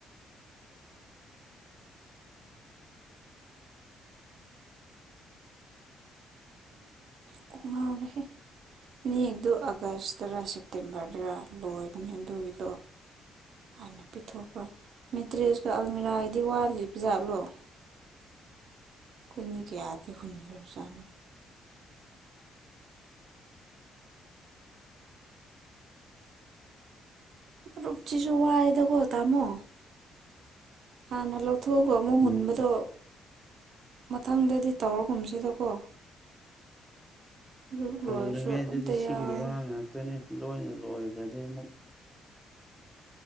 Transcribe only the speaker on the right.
ꯎ ꯈꯣꯡꯉꯥꯎꯔꯦ ꯏꯅꯦꯛꯇꯣ ꯑꯥꯒꯁꯇꯔ ꯁꯦꯞꯇꯦꯝꯕꯔꯗꯔ ꯂꯣꯏꯕꯅꯦ ꯑꯗꯨꯒꯤꯗꯣ ꯍꯥꯟꯅ ꯄꯤꯊꯣꯛꯄ꯭ꯔꯥ ꯃꯤꯦꯇ꯭ꯔꯦꯁꯀ ꯑꯜꯃꯤꯔꯥꯒꯤꯗꯤ ꯋꯥꯠꯂꯤꯕꯖꯥꯠꯂꯣ ꯑꯩꯈꯣꯏꯅꯤ ꯀꯌꯥꯗꯤ ꯍꯨꯟꯈ꯭ꯔꯕꯖꯥꯠꯅꯣ ꯐꯨꯞꯁꯤꯁꯨ ꯋꯥꯏꯗꯀꯣ ꯇꯥꯃꯣ ꯍꯥꯟꯅ ꯂꯧꯊꯣꯛꯑꯒ ꯑꯃꯨꯛ
ꯍꯨꯟꯕꯗꯣ ꯃꯊꯪꯗꯗꯤ ꯇꯧꯔꯒꯨꯝꯁꯤꯗꯀꯣ ꯔꯨꯞ
ꯂꯣꯏꯔꯁꯨ ꯑꯝꯇ
ꯌꯥꯎ